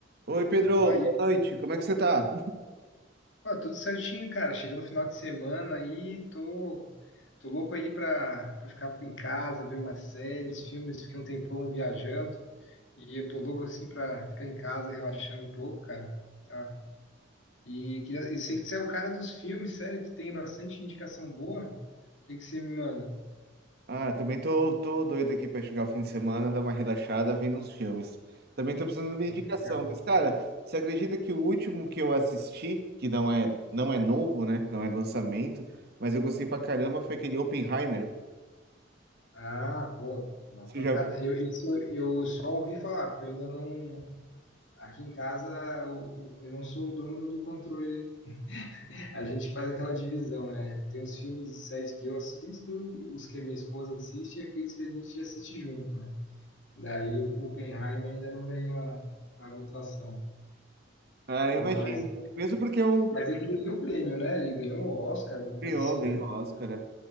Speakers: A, on the right; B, on the left.
A: Oi, Pedro,
B: Opa, e
A: boa
B: aí,
A: noite. Como é que você tá?
B: ó, tudo certinho, cara. Chegando no final de semana aí, tô, tô louco aí pra, pra ficar em casa, ver umas séries, filmes. Fiquei um tempão viajando e eu tô louco assim pra ficar em casa relaxando um pouco, cara. Tá. E queria, eu sei que você é o cara dos filmes, sério, que tem bastante indicação boa. O que que você me manda?
A: Ah, também tô, tô doido aqui pra chegar o fim de semana, dar uma relaxada vendo uns filmes. Também tô precisando de uma
B: Ah,
A: indicação,
B: que legal.
A: mas cara, você acredita que o último que eu assisti, que não é, não é novo, né? Não é lançamento, mas eu gostei pra caramba, foi aquele Oppenheimer.
B: Ah, pô, uma
A: Você
B: pancada.
A: já...
B: Eu, isso eu só ouvi falar, porque eu ainda não. Aqui em casa, eu, eu não sou o dono do controle A gente faz aquela divisão, né? Tem os filmes e séries que eu assisto, os que a minha esposa assiste e aqueles que a gente assiste junto, né? Daí o Oppenheimer ainda não ganhou a, a votação.
A: Ah, eu
B: Mas,
A: imagino. Mesmo porque é um...
B: mas ele ganhou o prêmio, né? Ele ganhou o Oscar, alguma
A: ganhou,
B: coisa assim,
A: ganhou
B: né?
A: Oscar, né?